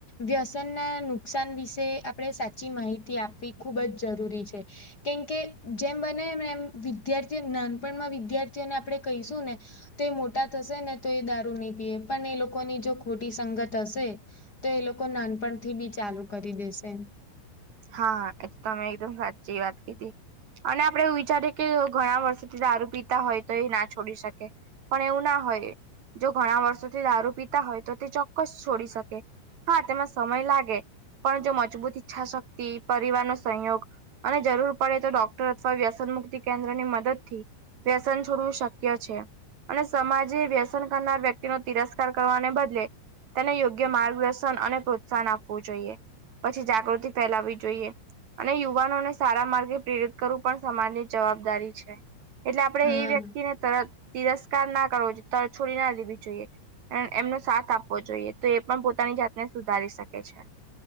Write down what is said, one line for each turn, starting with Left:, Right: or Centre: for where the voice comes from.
Left: વ્યસનના નુકસાન વિશે આપણે સાચી માહિતી આપવી ખૂબ જ જરૂરી છે. કેમકે જેમ બને <unintelligible> એમ વિદ્યાર્થીઓને નાનપણમાં વિદ્યાર્થીને આપણે કહીશું ને તે મોટા થશે ને તો એ દારૂ નહીં પીએ પણ એ લોકોની જો ખોટી સંગત હશે તો એ લોકો નાનપણથી બી ચાલુ કરી દેશે
Right: હા એ તો <unintelligible> એકદમ સાચી વાત કીધી અને આપડે એવું વિચારીએ કે ઘણા વર્ષોથી દારૂ પીતા હોય તો એ ના છોડી શકે પણ એવું ના હોય જો ઘણા વર્ષોથી દારૂ પીતા હોય તો તે ચોક્કસ છોડી શકે હા તેમાં સમય લાગે પણ જો મજબૂત ઈચ્છાશક્તિ પરિવારનોો સંયોગ અને જરૂર પડે તો ડોક્ટર અથવા વ્યસન મુક્તિ કેન્દ્ર ની મદદ થી વ્યસન છોડવું શક્ય છે. અને સમાજે વ્યસન કરનાર વ્યક્તિ તિરસ્કાર કરવાને બદલે અને યોગ્ય માર્ગદર્શન અને પ્રોત્સાહન આપવું જોઈએ પછી જાગૃતિ ફેલાવી જોઈએ અને યુવાનોને સારા માર્ગે પ્રેરિત કરવું પણ સમાજની જવાબદારી છે. એટલે આપળે
Left: હા
Right: એ વ્યક્તિને તર તિરસ્કાર ના કરવો જોઈએ તરછોડી ના દેવી જોઈએ એમનો સાથ આપવો જોઈએ તો એ પણ પોતાની જાતને સુધારી શકે છે.